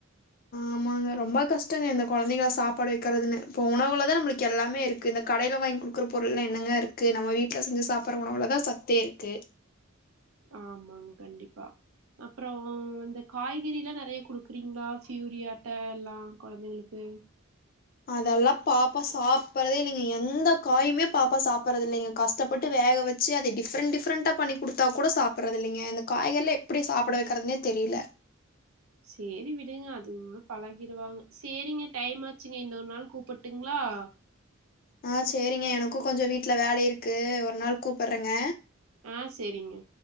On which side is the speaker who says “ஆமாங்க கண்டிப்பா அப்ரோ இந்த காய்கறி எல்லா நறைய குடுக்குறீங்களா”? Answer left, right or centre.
Right